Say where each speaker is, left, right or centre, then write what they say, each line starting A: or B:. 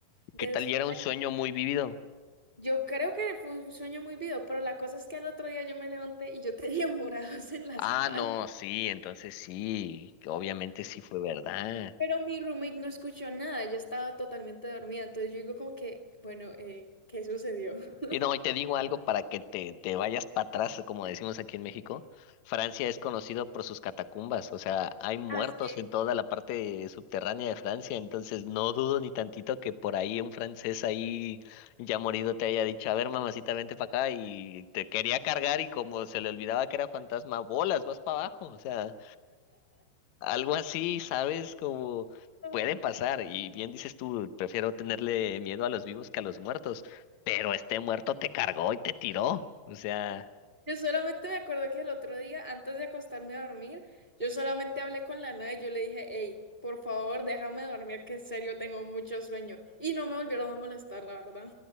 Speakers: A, on the left; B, on the left.
A: Des-
B: ¿Qué tal? Y era un sueño muy vivido.
A: yo creo que fue un sueño muy vivo, pero la cosa es que al otro día yo me levanté y yo <laughs> tenía morados en la
B: Ah,
A: espalda.
B: no, sí, entonces sí, que obviamente sí fue verdad.
A: Pero mi roommate no escuchó nada, ella estaba totalmente dormida, entonces yo digo como que, bueno, eh, ¿qué sucedió? <laughs>
B: Y no, y te digo algo para que te, te vayas para atrás, como decimos aquí en México. Francia es conocido por sus catacumbas, o sea, hay muertos
A: Así.
B: en toda la parte subterránea de Francia, entonces no dudo ni tantito que por ahí un francés ahí ya morido te haya dicho, a ver, mamacita, vente para acá y te quería cargar y como se le olvidaba que era fantasma, bolas, vas para abajo, o sea. Algo así, ¿sabes? Como
A: como-
B: puede pasar. Y bien dices tú, prefiero tenerle miedo a los vivos que a los muertos. Pero este muerto te cargó y te tiró. O sea,
A: Yo solamente me acuerdo que el otro día, antes de acostarme a dormir, yo solamente hablé con la nada y yo le dije, hey, por favor, déjame dormir, que en serio tengo mucho sueño. Y no me volvieron a molestar, la verdad.